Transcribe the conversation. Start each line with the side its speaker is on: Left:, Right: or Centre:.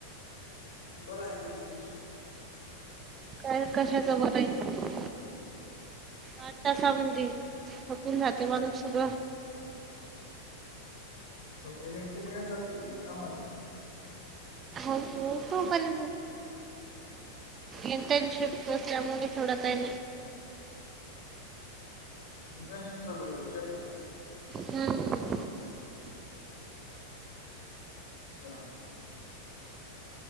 Left: बरं आहे मग तुमचं.
Right: काय कशाच बरं आहे. वातासमधी थकून जाते माणूस सगळं
Left: मग पेमेंट तर मिळत असेल कामाचं
Right: हो. हो पण इंटर्नशिप बसल्यामुळे थोडा काही नाही.
Left: इंटर्नशिप चालू आहे का तुमची आता.
Right: हम्म.
Left: अच्छा